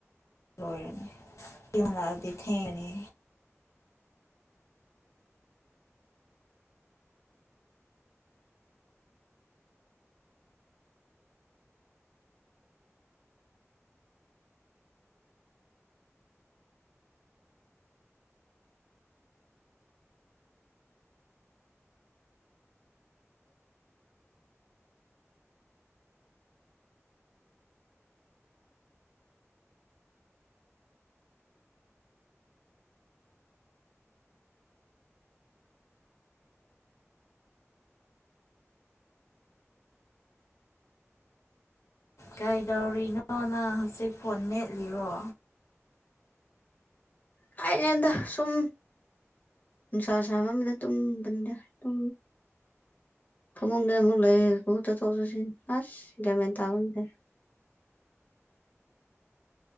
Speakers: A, on the left (about 80°); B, on the left (about 35°).
A: ꯂꯣꯏꯔꯅꯤ ꯄꯤꯃꯗꯤ ꯏ ꯊꯦ ꯏꯅꯦ ꯀꯩꯗꯧꯔꯤꯅꯣ ꯅꯪ ꯍꯧꯖꯤꯛ ꯐꯣꯟ ꯃꯦꯠꯂꯤꯔꯣ
B: ꯀꯥꯏꯅꯦꯟꯗ ꯁꯨꯝ ꯏꯁꯥꯕ ꯃꯅ ꯇꯟꯗ ꯇ ꯐ ꯃꯗ ꯃ ꯂꯩꯗ ꯆꯧꯗꯁꯤ ꯑꯁ ꯒ꯭ꯥꯟꯃꯦꯟ ꯇꯥꯕ ꯅꯠꯇꯦ <inaudible>